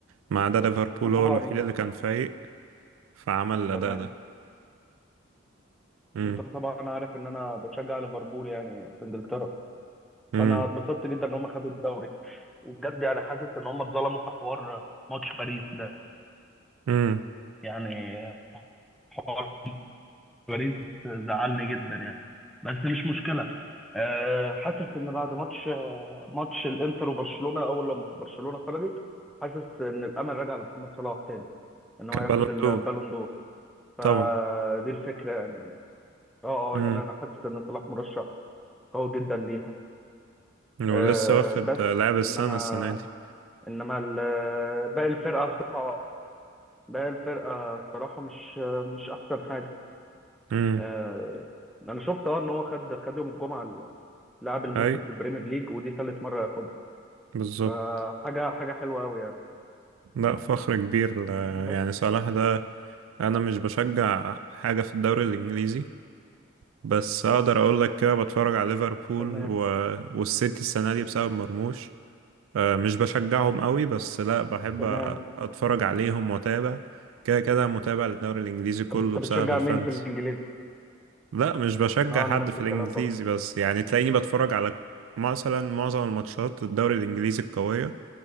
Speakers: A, on the right; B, in the centre.
A: ما عدا ليفربول
B: انت طبعا
A: هو الوحيد اللي كان فايق فعمل الاداء
B: تمام
A: ده امم
B: انت طبعا عارف ان انا بشجع ليفربول يعني في انجلترا
A: امم
B: فانا اتبسطت جدا ان هم خدوا الدوري وبجد يعني حاسس ان هم اتظلموا في حوار ماتش باريس ده
A: امم
B: يعني حوار باريس زعلني جدا يعني بس مش مشكله أه حاسس ان بعد ماتش آه، ماتش الانتر وبرشلونه اول لما برشلونه خرجت حاسس ان الامل رجع لمحمد صلاح تاني ان هو
A: كبالون
B: ياخد البالون
A: دور
B: دور فدي
A: طبعا
B: الفكره يعني اه
A: امم
B: اه يعني انا حاسس ان صلاح مرشح قوي جدا ليها
A: ولسه
B: أه
A: واخد
B: بس
A: لاعب السنه
B: انما
A: السنه دي
B: انما ال- باقي الفرقه بصراحه اه، باقي الفرقه الصراحه مش مش احسن حاجه
A: امم
B: أه انا شفت اه ان هو خد خد يوم الجمعه لاعب الموسم
A: اي
B: في البريمير ليج ودي ثالث مره ياخدها
A: بالظبط
B: فحاجه حاجه حلوه قوي يعني
A: لا فخر كبير ل-
B: بس
A: يعني صلاح ده انا مش بشجع حاجه في الدوري الانجليزي بس اقدر اقول لك كده بتفرج على ليفربول
B: تمام
A: و... والسيتي السنه دي بسبب مرموش آه، مش بشجعهم قوي بس لا بحب
B: تمام
A: أ- اتفرج عليهم واتابع كده كده متابع للدوري الانجليزي كله
B: طب انت بتشجع
A: بسبب الفانتسي
B: مين في الانجليزي
A: لا مش بشجع
B: اه
A: حد
B: انا نفس
A: في
B: الكلام
A: الانجليزي
B: برضه
A: بس يعني تلاقيني بتفرج على مثلا معظم الماتشات الدوري الانجليزي القويه